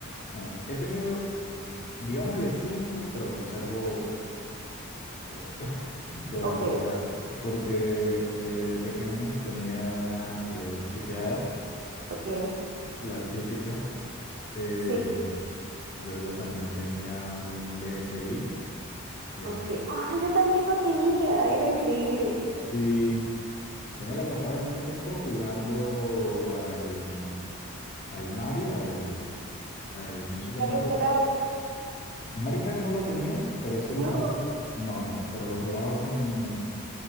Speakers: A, on the left; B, on the right.
A: Bueno, he tenido digámosle cinco, pero conservo dos, <laughs> dos
B: ok,
A: en realidad, porque eh, de pequeño tenía una Play 2 chipeada,
B: ok,
A: la típica. eh,
B: sí,
A: luego también tenía un DSi. Ese.
B: ok. Ah, yo también lo tenía, era increíble.
A: Sí, yo me la pasaba en ese tiempo jugando al, al Mario, al, al New Super
B: Mario
A: Mario.
B: Kart,
A: Mario Kart no lo tenía, pero sí lo
B: ¿no?
A: jugaba. No, no, pero lo jugaba con,